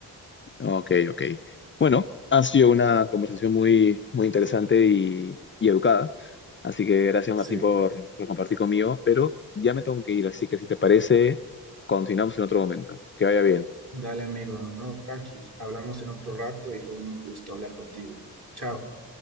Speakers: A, on the left (about 30°); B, on the right (about 40°).
A: Ok, ok. Bueno, ha sido una conversación muy, muy interesante y, y educada. Así que gracias,
B: Sí.
A: Martín, por, por compartir conmigo. Pero ya me tengo que ir, así que si te parece, continuamos en otro momento. Que vaya bien.
B: Dale, amigo, no, tranqui, hablamos en otro rato y fue un gusto hablar contigo. Chao.